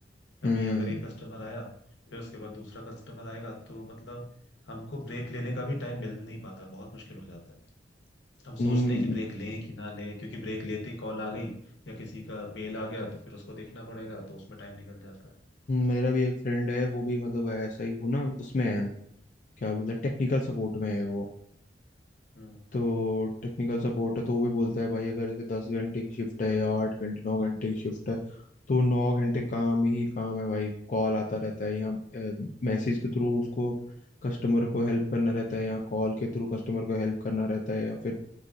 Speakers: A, on the left (about 45°); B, on the left (about 80°).
A: हम्म
B: अभी अगर एक कस्टमर आया फिर उसके बाद दूसरा कस्टमर आएगा तो मतलब हमको ब्रेक लेने का भी टाइम मिल नहीं पाता बहुत मुश्किल हो जाता है हम
A: हम्म,
B: सोचते हैं कि ब्रेक लें कि ना लें क्योंकि ब्रेक लेते ही कॉल आ गई या किसी का मेल आ गया तो फिर उसको देखना पड़ेगा तो उसमें टाइम निकल जाता है
A: मेरा भी एक फ्रेंड है वो भी मतलब ऐसा ही वो ना उसमें है क्या बोलते हैं टेक्निकल सपोर्ट में है वो
B: हम्म
A: तो टेक्निकल सपोर्ट है तो वो भी बोलता है भाई अगर जैसे दस घंटे की शिफ्ट है या आठ घंटे नौ घंटे की शिफ्ट है तो नौ घंटे काम ही काम है भाई कॉल आता रहता है या मैसेज के थ्रू उसको कस्टमर को हेल्प करना रहता है या कॉल के थ्रू कस्टमर को हेल्प करना रहता है या फिर